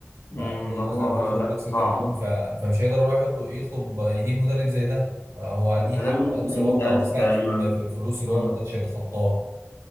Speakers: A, on the left; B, on the right.
A: مم،
B: فهو
A: الموضوع
B: مثلا بيطلب
A: لأ
B: لك 6
A: صعب
B: مليون ف... فمش هيقدر يروح يطلب يطلب يجيب مدرب زي ده فهو ليه
A: ما
B: حد
A: ده بيقول
B: اقصى
A: 300000
B: برضه او سقف
A: تقريبا
B: في الفلوس اللي
A: امم
B: هو ما يقدرش يتخطاه